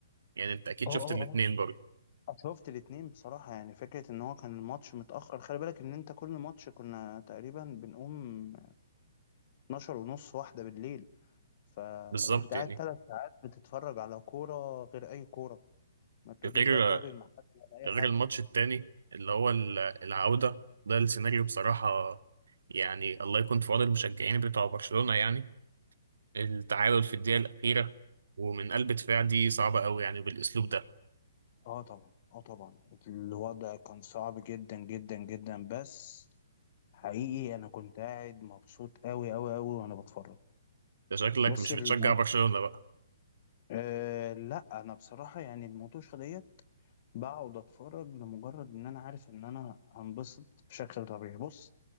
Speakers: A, on the right; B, on the left.
A: يعني انت اكيد
B: اه
A: شفت
B: اه
A: الاتنين برضه
B: اه شفت الاتنين بصراحة يعني فكرة ان هو كان الماتش متأخر خلي بالك ان انت كل ماتش كنا تقريبا بنقوم 12 ونص واحدة بالليل فانت
A: بالظبط
B: قاعد
A: يعني
B: تلات ساعات بتتفرج على كورة غير اي كورة ما تقوليش
A: غير
B: بقى الدوري المحلي ولا اي
A: غير
B: حاجة
A: الماتش التاني اللي هو ال- العودة ده السيناريو بصراحة يعني الله يكون في عون المشجعين بتوع برشلونة يعني التعادل في الدقيقة الأخيرة ومن قلب دفاع دي صعبة قوي يعني بالأسلوب ده
B: اه طبعا اه طبعا الوضع كان صعب جدا جدا جدا بس حقيقي انا كنت قاعد مبسوط قوي قوي قوي وانا بتفرج
A: ده شكلك
B: بص
A: مش
B: المو...
A: بتشجع برشلونة بقى
B: آه لا انا بصراحة يعني الموتوشة ديت بقعد اتفرج لمجرد ان انا عارف ان انا هنبسط بشكل طبيعي بص